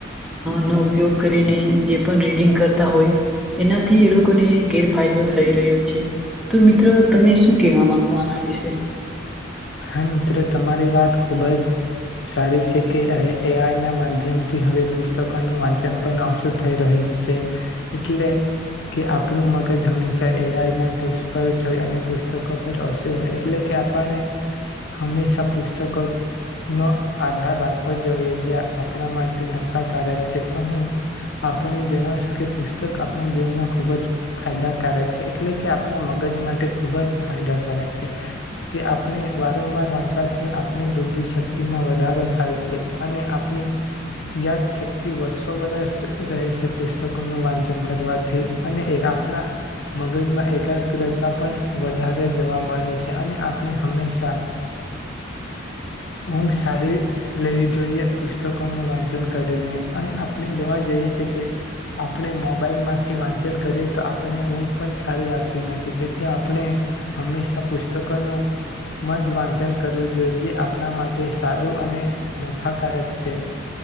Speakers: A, in the centre; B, on the left.
A: નો ઉપયોગ કરીને જે પણ રીડિંગ કરતા હોય એનાથી એ લોકોને ગેરફાયદો થઈ રહ્યો છે, તો મિત્ર તમે શું કેહવા માંગો આના વિશે?
B: હા મિત્ર, તમારી વાત ખુબ જ સારી છે કે એ આઈ ના માધ્યમ થી હવે પુસ્તકોનું વાંચન પણ ઓછું થઈ રહ્યું છે એટલે, કે આપણું મગજ હંમેશા એ આઈ ના ટૂલ્સ પર જ હોય અને પુસ્તકો પર ઓશુ હોય, એટલે કે આપણને હંમેશા પુસ્તકો જ નો આધાર રાખવો જ જોઈએ, જે આપણા માટે નફાકારક છે, તો હું આપને જણાવશું કે પુસ્તક આપણા જીવનમાં ખુબ જ ફાયદાકારક છે એટલે કે આપણા મગ મગજ માટે ખુબ જ ફાયદાકારક છે. કે આપણે વા વારંવાર વાંચવાથી આપણી બુદ્ધિશક્તિમાં વધારો થાય છે, અને આપણી યાદશક્તિ વર્ષો વરસ રહે છે પુસ્તકોનું વાંચન કરવાથી. અને એક આપણા મગજમાં એકાગ્ર તા પણ વધારે જોવા મળે છે અને આપણે હંમેશા હુંઘ સારી લેવી જોઈએ પુસ્તકોનું વાંચન કરીને અને આપણે જોવા જઈએ છે કે આપણે મોબાઈલમાંથી વાંચન કરીએ તો આપણે ઊંઘ પણ સારી આવતી નથી, તેથી આપણે હંમેશા પુસ્તકોનું માજ વાંચન કર વું જોઈએ જે આપણા માટે સારું અને નફાકારક છે